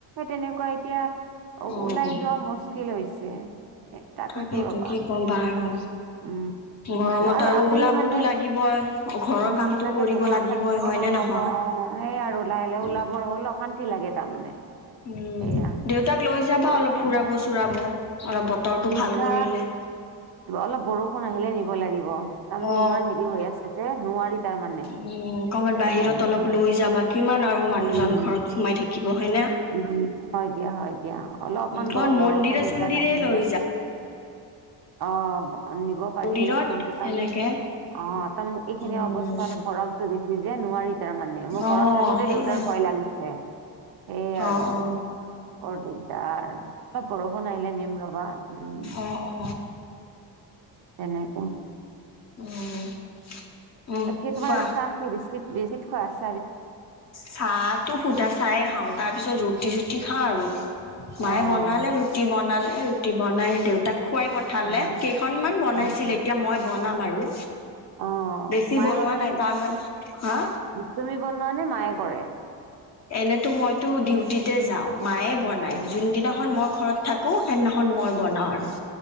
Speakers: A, on the right; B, on the left.
A: তেনেকুৱা এতিয়া
B: উম।
A: ওলাই যোৱা মস যে <unintelligible> এ তাকেতো
B: তাকেইতো
A: ৰবা
B: কি ক'বা আৰু
A: উম
B: গৰমত
A: সেইটো আৰু আবেলি
B: ওলাবতো
A: মানে
B: লাগিবই। ঘৰৰ
A: উম
B: কামটো
A: তাকেতো
B: কৰিব
A: ঘৰত
B: লাগিবই
A: থাকিলেও
B: হয়
A: নহব
B: নে নহয়?
A: অ সেইয়া আৰু লাহে লাহে
B: উম।
A: ওলাবৰ হ'ল অশান্তি লাগে তাৰমানে
B: উম
A: সেয়া
B: দেউতাক লৈ যাবা
A: কৰিবা
B: অলপ ফুৰাব চুৰাব অলপ বতৰটো
A: দেউতাক
B: ভাল কৰিলে
A: অলপ বৰষুণ আহিলে নিব লাগিব তাৰমানে
B: অ
A: ইমান হেৰি হৈ আছে যে নোৱাৰি তাৰমানে
B: উম কবাত বাহিৰত
A: এ
B: অলপ
A: সেয়া
B: লৈ যাবা কিমান আৰু মানুহজন
A: উম
B: ঘৰত সোমাই থাকিব হয় না
A: উম হয় দিয়া হয় দিয়া অলপমান
B: কাৰণ
A: বৰ
B: মন্দিৰে
A: বৰষুণ
B: চন্দিৰে
A: এজাক আহিলে
B: লৈ যা
A: অ নিব পাৰি
B: মন্দিৰত
A: কিন্তু তাৰমানে
B: এনেকে
A: অ তাৰমানে এইখিনি
B: উম
A: অৱস্থা অলপ গৰমতটো বেছি যে নোৱাৰি তাৰমানে মোক
B: অ
A: ঘৰত থাক দেউতাৰ
B: সেইয়া
A: ভয় লাগিছে সেইয়ে আৰু
B: অ অ
A: বৰ দিগদাৰ অলপ বৰষুণ আহিলে নিম ৰবা উম
B: অ অ
A: তেনেক
B: উম উম
A: কি তোমাৰ
B: কোৱা
A: চাহ কি দিছে বিস্কুট খোৱা <unintelligible>
B: চাহটো সোধা চাহে খাওঁ তাৰপিছত ৰুটি চুটি খাওঁ আৰু মায়ে
A: অ',
B: বনালে ৰুটি বনালে ৰুটি বনাই দেউতাক খোৱাই পঠালে
A: অ',
B: কেইখনমান বনাইছিল
A: আচ্ছা
B: এতিয়া মই বনাম আৰু
A: অ',
B: বেছি
A: মায়ে
B: বনোৱা
A: বনাই
B: নাই
A: নে?
B: তাৰ মান হা
A: তুমি বনোৱা মায়ে কৰে
B: এনেতো মইতো ডিউটিতে যাওঁ মায়ে বনাই
A: অ',
B: যোনদিনাখন মই ঘৰত থাকো সেইদিনাখন মই বনাওঁ আৰু